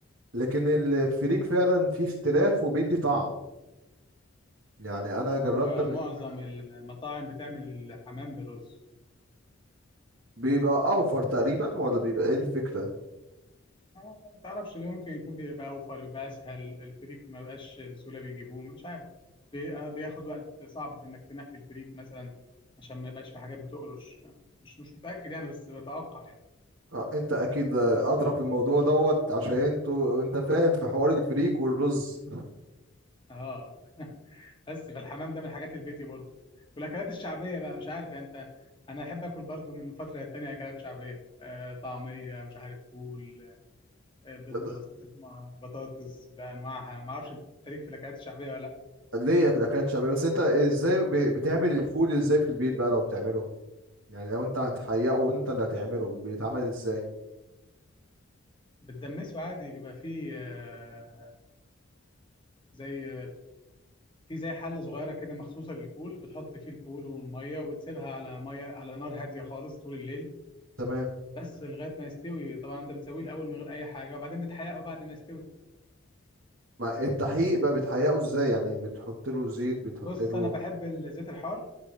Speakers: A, on the right; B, on the left.
A: لكن الفريك فعلا فيه اختلاف وبيدي طعم يعني انا جربت
B: هو
A: قبل
B: معظم المطاعم بتعمل الحمام بالرز
A: بيبقى اوفر تقريبا ولا بيبقى ايه الفكرة
B: آه، ما تعرفش ليه، ممكن يكون بيبقى أوفر بيبقى أسهل الفريك ما بقاش بسهولة بيجيبوه مش عارف بي- آه، بياخد وقت صعب في إنك تنقي الفريك مثلا عشان ما يبقاش في حاجات بتقرش مش مش متأكد يعني بس بتوقع يعني
A: اه انت اكيد آه، ادرى في الموضوع دوت عشان انتوا انت فاهم في حوار الفريك والرز
B: اه بس فالحمام ده من الحاجات البيتي برضو والاكلات الشعبيه بقى مش عارف يعني انت انا احب اكل برضو من فتره للتانيه اكلات شعبيه آه طعميه مش عارف فول آه بيض
A: <laughs>
B: بسطرمه بطاطس بانواعها ما اعرفش انت ليك في الاكلات الشعبيه ولا لا
A: ليا في الاكلات الشعبية بس انت ازاي ب- بتعمل الفول ازاي في البيت بقى لو بتعمله يعني لو انت هتحققه وانت اللي هتعمله بيتعمل ازاي
B: بتدمسه عادي بيبقى فيه آه زي في زي حله صغيره كده مخصوصه للفول بتحط فيه الفول والميه وبتسيبها على ميه على نار هاديه خالص طول الليل
A: تمام
B: بس لغايه ما يستوي طبعا انت بتسويه الاول من غير اي حاجه وبعدين بتحيقه بعد ما يستوي
A: ما التحقيق بقى بتحققه ازاي يعني بتحط له زيت بتحط
B: بص
A: له
B: انا بحب الزيت الحار